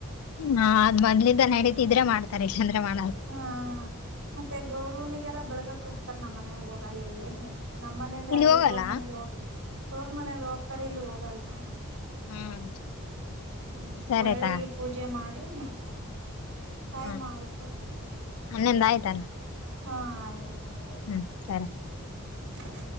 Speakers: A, on the left; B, on the right.
A: ನಾವ್ ಹಾದ್ ಮೊದ್ಲಿಂದ ನಡತಿದ್ರೆ ಮಾಡ್ತ ತರಿಷಚಂದ್ರ ಮಾ
B: ಹಾ ಹ ಮತ್ತೆ ಗೌರವನಿಗೆಲ್ಲ ಬೆಳಳ್ಗಕ್ ಹೋಗ್ತಾರ ನಮ್ಮ್ ಮನೆ ಹೋಗಲ್ಲ ಇಲ್ಲಿ. ನಮ್ಮ್ ಮನೇಲಿ
A: ಇಲ್ಲಿ
B: ಅಲ್ಲಿ
A: ಹೋಗಲ್ಲ
B: ತೋರ್ ಮನೇಲಿ ಹೋಗ ತೋರ್ ಮನೇಲಿ ಹೋಗ್ತಾರೆ ಇಲ್ಲಿ ಹೋಗಲ್ಲ.
A: ಹ್ಮ್
B: ಹ್ಮ
A: ಸರಿ
B: ಒಳ್ಳೆಗೆ
A: ತಾ
B: ಪೂಜೆ ಮಾಡಿ ಮಾಡ್ತಾ ಟೈಮ್
A: ಹ್ಮ್
B: ಆಯ್ತು <unintelligible>
A: ಹನ್ನೊಂದ್ ಆಯ್ತಲ್ಲ
B: ಹಾ ಆಗ್ಯಾದಕ.
A: ಹ್ಮ್ ಸರಿ.
B: ಚುಪ್.